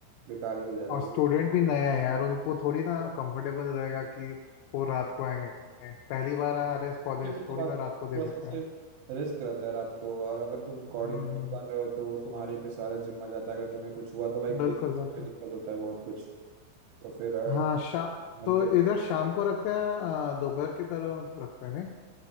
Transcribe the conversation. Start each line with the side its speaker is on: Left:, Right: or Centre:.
Right: बेकार ही हो जाएगा
Left: और
Right: वो
Left: स्टूडेंट भी नए हैं यार उनको थोड़ी ना कंफर्टेबल रहेगा कि वो रात को आएंगे पहली बार आ रहे हैं कॉलेज
Right: उसके
Left: थोड़ी
Right: बाद
Left: ना
Right: थोड़ा
Left: रात को दे सकते
Right: सा से
Left: हैं
Right: रिस्क रहता है रात को और अगर तुम कोऑर्डिनेटर
Left: हम्म,
Right: बन रहे हो तो वो तुम्हारी पे सारा जिम्मा जाता है अगर तुम्हें कुछ हुआ तो भाई
Left: बिल्कुल
Right: केस
Left: बिल्कुल
Right: में दिक्कत होता है बहुत कुछ तो फिर अ,
Left: हाँ शा
Right: संभल
Left: तो
Right: के
Left: इधर शाम को रखते हैं आ, दोपहर की तरफ रखते हैं नहीं